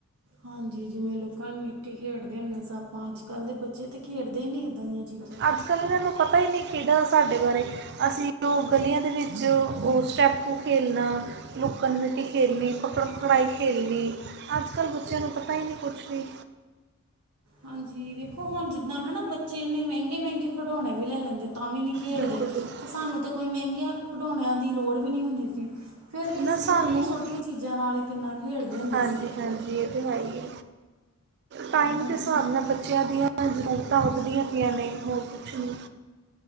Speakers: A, on the right (about 85°); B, on the right (about 50°).
A: ਹਾਂਜੀ, ਜਿਵੇਂ ਲੁਕਣ ਮੀਟੀ ਖੇਡਦੇ ਹੁੰਦੇ ਸਾ ਆਪਾਂ, ਅੱਜ-ਕੱਲ੍ਹ ਦੇ ਬੱਚੇ ਤਾਂ ਖੇਡਦੇ ਹੀ ਨਹੀਂ ਇੱਦਾਂ ਦੀਆਂ ਚੀਜ਼ਾਂ।
B: ਅੱਜ ਕੱਲ੍ਹ ਇਹਨਾਂ ਨੂੰ ਪਤਾ ਹੀ ਨਹੀਂ ਖੇਡਾਂ ਸਾਡੇ ਬਾਰੇ ਅਸੀਂ। ਜੋ ਗਲੀਆਂ ਦੇ ਵਿੱਚ ਉਹ ਸਟੈਪੂ ਖੇਲਣਾ। ਲੂੱਕਣ ਮਿੱਟੀ ਖੇਡਣੀ, ਪਕੜ ਪਕੜਾਈ ਖੇਡਣੀ, ਅੱਜ ਕੱਲ੍ਹ ਬੱਚਿਆਂ ਨੂੰ ਪਤਾ ਹੀ ਨਹੀਂ ਕੁਛ ਵੀ।
A: ਹਾਂਜੀ, ਵੇਖੋ ਹੁਣ ਜਿੱਦਾਂ ਹਨਾ ਬੱਚੇ ਇੰਨੇ ਮਹਿੰਗੇ ਮਹਿੰਗੇ ਖਿਡੌਣੇ ਵੀ ਲੈ ਲੈਂਦੇ ਤਾਂ ਵੀ ਨੀ ਖੇਡਦੇ
B: ਬਿਲਕੁਲ ਬਿਲਕੁਲ
A: ਤੇ ਸਾਨੂੰ ਤੇ ਕੋਈ ਮਹਿੰਗਿਆਂ ਖਿਡੌਣਿਆਂ ਦੀ ਲੋੜ ਵੀ ਨਹੀਂ ਹੁੰਦੀ ਸੀ‌। ਫਿਰ ਵੀ
B: ਨਾ
A: ਅਸੀਂ
B: ਸਾਨੂੰ
A: ਛੋਟੀਆਂ ਛੋਟੀਆਂ ਚੀਜ਼ਾਂ ਨਾਲ ਹੀ ਕਿੰਨਾ ਖੇਡਦੇ ਹੁੰਦੇ
B: ਹਾਂਜੀ
A: ਸੀ।
B: ਹਾਂਜੀ ਇਹ ਤੇ ਹੈ ਇ ਏ ਟਾਈਮ
A: ਹਨਾ
B: ਦੇ
A: ਜੀ
B: ਹਿਸਾਬ ਨਾਲ ਬੱਚਿਆਂ ਦੀਆਂ। ਜ਼ਰੂਰਤਾਂ ਉਡਦੀਆਂ ਪਈਆਂ ਨੇ, ਹੋਰ ਕੁਛ ਨਹੀਂ।